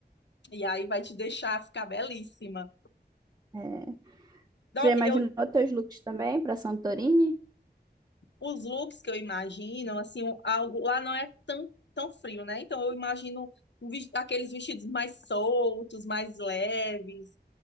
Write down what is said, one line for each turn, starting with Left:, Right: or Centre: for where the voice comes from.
Left: e aí vai te deixar ficar belíssima.
Right: É.
Left: Dó-
Right: Já imaginou
Left: Eu,
Right: teus looks também para Santorini?
Left: os looks que eu imagino, assim, um- algo lá não é tão, tão frio, né? Então eu imagino um ves- aqueles vestidos mais soltos, mais leves,